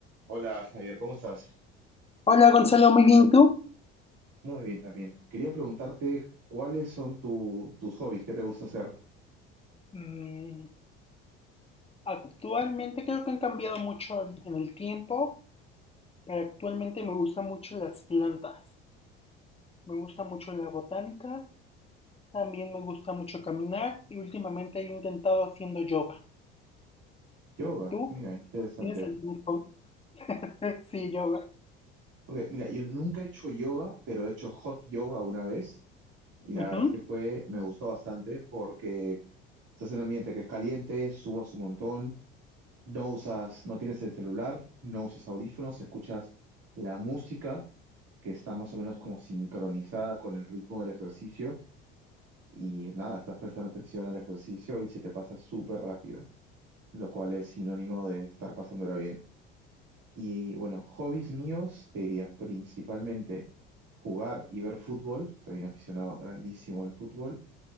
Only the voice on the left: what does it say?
Hola Gonzalo, muy bien, ¿tú?
Mm, actualmente creo que han cambiado mucho en, en el tiempo, pero actualmente me gustan mucho las plantas. Me gusta mucho la botánica, también me gusta mucho caminar y últimamente he intentado haciendo yoga.
¿Tú?
¿Tienes algún hobby? <laughs> Sí, yoga.
Ujú,